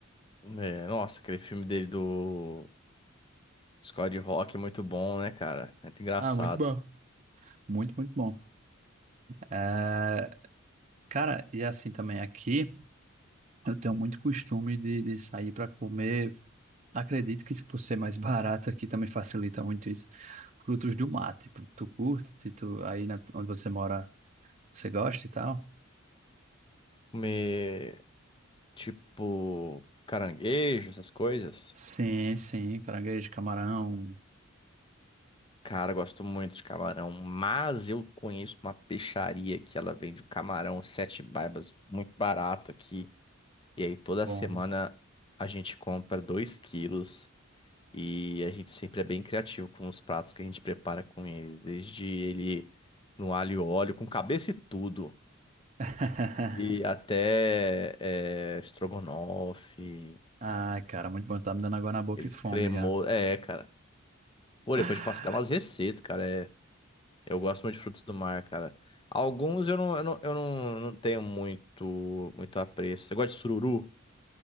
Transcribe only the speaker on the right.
Ah, muito bom. Muito, muito bom. É, cara, e assim também aqui, eu tenho muito costume de, de sair para comer. Acredito que se por ser mais <laughs> barato aqui também facilita muito isso. Frutos do mar, tipo, tu curte, tu, aí na- onde você mora, você gosta e tal?
Sim, sim, caranguejo, camarão,
bom.
<laughs>
Ai, cara, muito bom. Tá me dando água na boca
e fome
já.
<laughs>